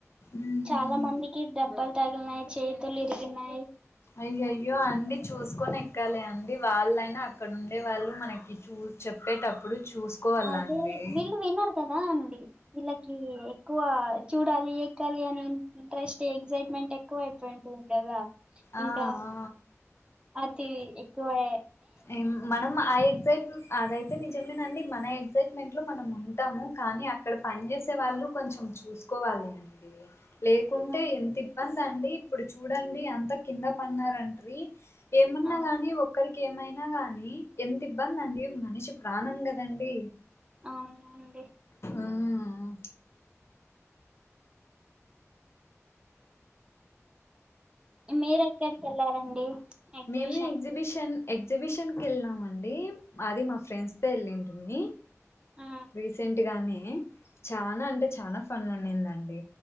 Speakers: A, on the left; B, on the right.
A: ఉహు
B: చాలా మందికి డబ్బలు తగిలినాయి చేతులు ఇరిగినయి
A: అయ్యయ్యో అండి చూసుకొని ఎక్కాలి అండి వాళ్ళైనా అక్కడ ఉండే వాళ్ళు మనకి చూ చెప్పేటప్పుడు చూసుకోవాలండి
B: అదే వీళ్ళు వినరు కదా అండి వీళ్ళకి ఎక్కువ చూడాలి ఇ ఎక్కాలి అని ఇంట్రెస్ట్ ఎగ్జైట్మెంట్ ఎక్కువ అయిపోయి ఉంటుంది కదా
A: ఆ
B: ఇంకా
A: ఆ
B: అతి ఎక్కువే
A: ఏం మనం ఆ ఎగ్జైట్ అదైతే తే నిజమేండి మన ఎగ్సైట్మెంట్ లో మనం ఉంటాము కానీ అక్కడ పని చేేసే వాళ్ళు కొంచెం చూసు కోవాలి అండి లేకుంటే
B: ఆ
A: ఎంత ఇబ్బంది అండి ఇప్పుడు చూడండి అంత కింద పన్నారంట్రీ ఏమన్నా
B: ఆ
A: గాని ఒక్కరికి కేమైనా గాని ఎంత ఇబ్బంది అండి మనిషి ప్రాణం కదండి
B: అవునండి
A: ఊమ్
B: మీరు ఎక్కడికి వెళ్ళారండి ఎగ్జిబిషన్
A: మేము ఎగ్జిబిషన్
B: కి
A: ఎగ్జిబిషన్ కి వెళ్ళినాం అండి అది మా ఫ్రెండ్స్ తో వెళ్ళిం టీమి
B: ఆ
A: రీసెంట్ గానే చానా అంటే చానా ఫన్ ఉండింద అండి